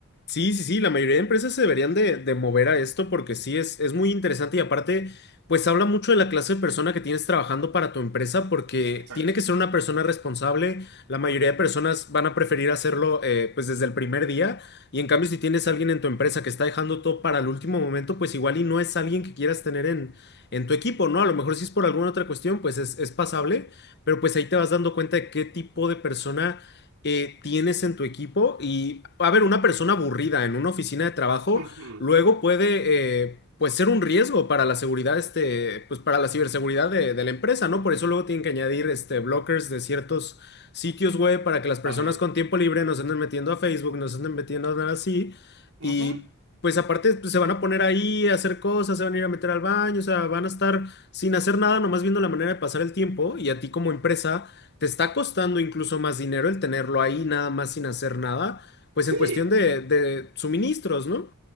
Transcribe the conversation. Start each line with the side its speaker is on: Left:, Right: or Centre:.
Left: Sí, sí, sí, la mayoría de empresas se deberían de, de mover a esto porque sí es, es muy interesante y aparte, pues habla mucho de la clase de persona que tienes trabajando para tu empresa porque
Right: Exacto,
Left: tiene que ser una persona responsable. La mayoría
Right: de acuerdo.
Left: de personas van a preferir hacerlo eh, pues desde el primer día y en cambio si tienes a alguien en tu empresa que está dejando todo para el último momento, pues igual y no es alguien que quieras tener en, en tu equipo, ¿no? A lo mejor si es por alguna otra cuestión, pues es, es pasable, pero pues ahí te vas dando cuenta de qué tipo de persona eh, tienes en tu equipo. Y, a ver, una persona aburrida en una oficina de trabajo
Right: Ujú,
Left: luego puede, eh, pues, ser un riesgo para la seguridad, este, pues, para la ciberseguridad de, de la empresa, ¿no? Por eso luego tienen que añadir, este, blockers de ciertos sitios web para que las personas
Right: También.
Left: con tiempo libre no se anden metiendo a Facebook, no se anden metiendo a nada así.
Right: Ujú.
Left: Y, pues, aparte, pues, se van a poner ahí a hacer cosas, se van a ir a meter al baño, o sea, van a estar sin hacer nada, nomás viendo la manera de pasar el tiempo y a ti como empresa te está costando incluso más dinero el tenerlo ahí nada más sin hacer nada, pues
Right: Sí,
Left: en cuestión de, de suministros, ¿no?